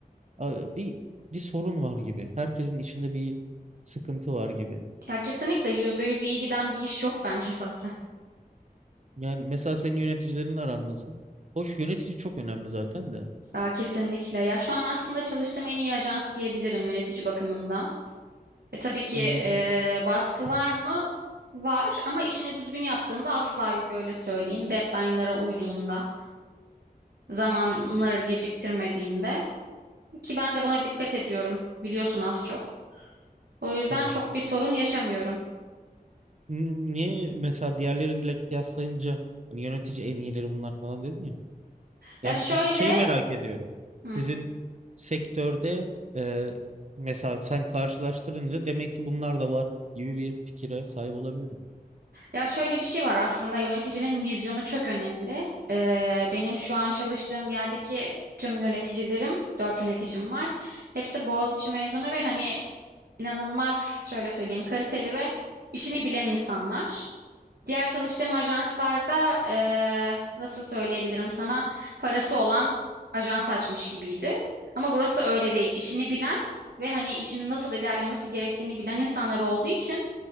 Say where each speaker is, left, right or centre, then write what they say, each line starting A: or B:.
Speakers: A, on the right (about 50°); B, on the right (about 85°).
A: a, bir bir sorun var gibi. Herkesin içinde bir sıkıntı var gibi.
B: Ya kesinlikle %100 iyi giden bir iş yok bence zaten.
A: Yani mesela senin yöneticilerin aran nasıl? Hoş yönetici çok önemli zaten de.
B: Daha kesinlikle. Ya şu an aslında çalıştığım en iyi ajans diyebilirim yönetici bakımından. E, tabii ki
A: Ne,
B: e, baskı var mı? Var ama işini düzgün yaptığında asla yok öyle söyleyeyim. Deadline'lara uyduğunda, zamanları geciktirmediğinde. Ki ben de buna dikkat ediyorum. Biliyorsun az çok. O yüzden
A: tabii.
B: çok bir sorun yaşamıyorum.
A: N- Niye mesela diğerleriyle kıyaslayınca hani yönetici en iyileri bunlar falan dedin ya.
B: Ya
A: Yani
B: şöyle,
A: şey merak ediyorum.
B: hı,
A: Sizin sektörde e, mesela sen karşılaştırınca demek ki bunlar da var gibi bir fikire sahip olabilirim.
B: ya şöyle bir şey var aslında yöneticinin vizyonu çok önemli. Ee, benim şu an çalıştığım yerdeki tüm yöneticilerim, dört yöneticim var. Hepsi Boğaziçi mezunu ve hani inanılmaz şöyle söyleyeyim kaliteli ve işini bilen insanlar. Diğer çalıştığım ajanslarda eee, nasıl söyleyebilirim sana parası olan ajans açmış gibiydi. Ama burası öyle değil. İşini bilen ve hani işinin nasıl ilerlemesi gerektiğini bilen insanlar olduğu için